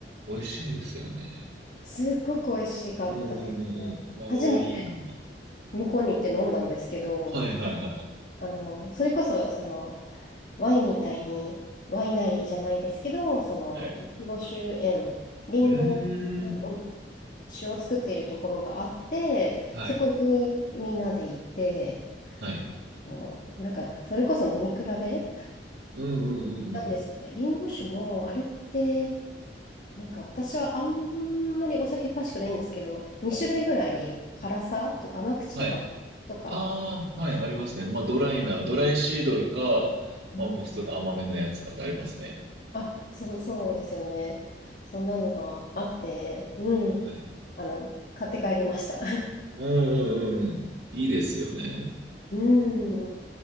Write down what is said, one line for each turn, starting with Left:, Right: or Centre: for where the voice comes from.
Right: 美味しいですよね。
Left: すっごく美味しかったです。
Right: うんうんうんうん。
Left: 初めて
Right: ああ、いいな。
Left: 向こうに行って飲んだんですけど、
Right: はいはいはい。
Left: あの、それこそ、その、ワインみたいに、ワイナリーじゃないですけど、その、
Right: はい。
Left: リンゴ酒園、リンゴうん
Right: うーん。
Left: 酒を作っているところがあって、
Right: はい。
Left: そこにみんなで行って、
Right: はい。
Left: もうなんか、それこそ飲み比べ
Right: うんうんうんうん。
Left: なんですよね。リンゴ酒も、あれって、なんか私はあんまりお酒詳しくないんですけど、2種類ぐらい辛さとか甘口とか、
Right: はい。
Left: とか、
Right: ああ、はい、ありますね。まあ、ドライな、ドライシードルか、
Left: うん
Right: まあ、もう普通の甘めのやつかってありますね。
Left: あ、そう、そうですよね。そんなのがあって、うん。
Right: はい。
Left: あの、買って帰りました。<laughs>
Right: うんうんうんうん。いいですよね。
Left: うん。